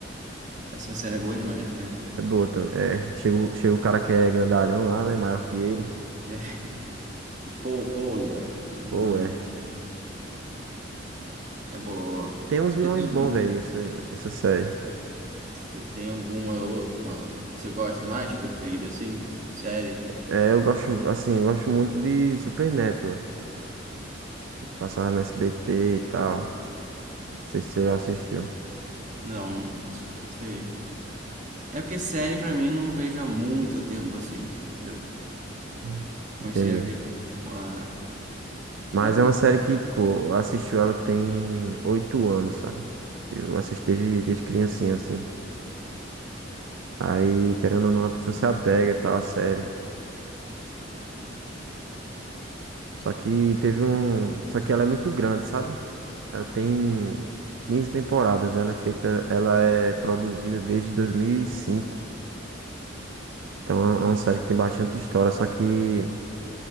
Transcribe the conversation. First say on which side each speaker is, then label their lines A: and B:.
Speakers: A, on the right (about 40°); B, on the right (about 75°).
A: Essa série é boa demais, cara.
B: É boa também. É, chega, o- chega o cara que é grandalhão lá, né? Maior que ele.
A: É. Paul, Paul, eu acho. Esse
B: Pô,
A: é o nome
B: é.
A: dele. É boa, boa.
B: Tem uns vilões
A: Você tem
B: bons,
A: algum,
B: velho, essa, essa série.
A: você tem alguma ou- uma, você gosta mais, preferida, assim? Série?
B: É, eu gosto, assim, eu gosto muito de Supernatural, que passava no SBT e tal. Não sei se você já assistiu.
A: Não, não sei. É porque série pra mim não vejo há muito tempo, assim. Eu
B: Uhum.
A: comecei
B: Entendi.
A: a ver uma...
B: Mas
A: Mas,
B: é uma série que, tipo, eu assisti ela tem oito anos, sabe? Eu assisti desde, desde criancinha, assim. Aí, querendo ou não, a pessoa se apega e tal, à série. Só que teve um. Só que ela é muito grande, sabe? Ela tem 15 temporadas. Ela é feita. Ela é produzida desde 2005. Então é uma série que tem bastante história. Só que.